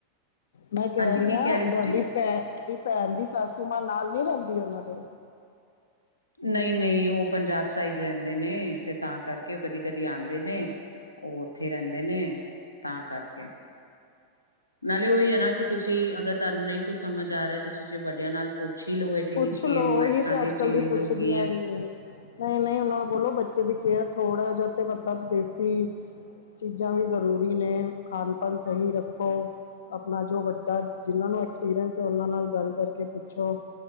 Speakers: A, on the left; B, on the left.
A: ਮੈਂ ਕਹਿ
B: ਹਾਂਜੀ
A: ਰਹੀ
B: ਕੀ
A: ਹਾਂ
B: ਰਹੇ ਤੁਸੀਂ
A: ਤੁਹਾਡੀ ਭੈ ਭੈਣ ਦੀ ਸਸੂ ਮਾਂ ਨਾਲ ਨੀ ਰਹਿੰਦੀ ਦੀ ਉਹਨਾਂ ਦੇ
B: ਨਹੀਂ ਨਹੀਂ ਉਹ ਪੰਜਾਬ ਸਾਈਡ ਰਹਿੰਦੇ ਨੇ ਤੇ ਤਾਂ ਕਰਕੇ ਉਹ ਕਦੀ ਕਦੀ ਆਉਂਦੇ ਨੇ ਉਹ ਉੱਥੇ ਰਹਿੰਦੇ ਨੇ ਤਾਂ ਕਰਕੇ ਨਾਲੇ ਉਹੀ ਹੈ ਨਾ ਕਿ ਤੁਸੀਂ ਅਗਰ ਤੁਹਾਨੂੰ ਨਹੀਂ ਕੁਝ ਸਮਝ ਆ ਰਿਹਾ ਤੁਸੀਂ ਵੱਡਿਆਂ ਨਾਲ ਪੁੱਛ ਹੀ ਲਓ ਐਟਲੀਸਟ
A: ਪੁੱਛ
B: ਕਿ
A: ਲੋੋ
B: ਇਹਨੂੰ
A: ਉਹੀ
B: ਇਸ
A: ਤੇ
B: ਤਰ੍ਹਾਂ
A: ਅੱਜ
B: ਚੀਜ਼
A: ਕੱਲ ਦੀ ਪੁੱਛਦੀਆਂ
B: ਹੋ ਗਈ ਹੈ
A: ਵੀ ਨਹੀਂ ਨਹੀਂ ਉਹਨਾਂ ਨੂੰ ਬੋਲੋ ਬੱਚੇ ਵੀ ਕੇ ਹੈ ਥੋੜ੍ਹਾ ਜਿਹਾ ਤੇ ਮਤਲਬ ਦੇਸੀ ਚੀਜ਼ਾਂ ਵੀ ਜ਼ਰੂਰੀ ਨੇ ਖਾਣ ਪਾਂਣ ਸਹੀ ਰੱਖੋ ਆਪਣਾ ਜੋ ਵੱਡਾ ਜਿਹਨਾਂ ਨੂੰ ਐਕਸਪੀਰੀਅੰਸ ਹੈ ਉਹਨਾਂ ਨਾਲ ਗੱਲ ਕਰਕੇ ਪੁੱਛੋ